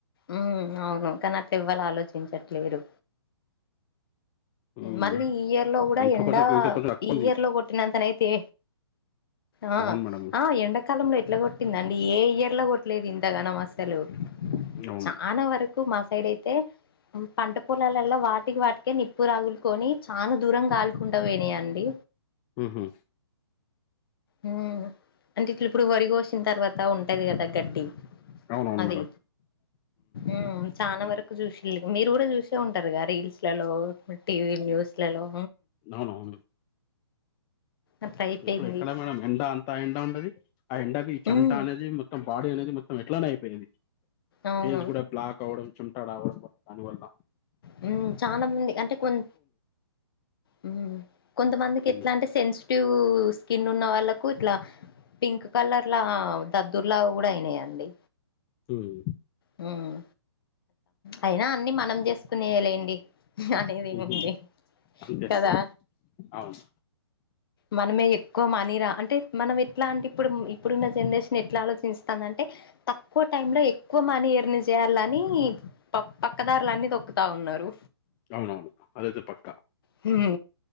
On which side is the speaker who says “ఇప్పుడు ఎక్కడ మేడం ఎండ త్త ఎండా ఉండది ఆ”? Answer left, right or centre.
Left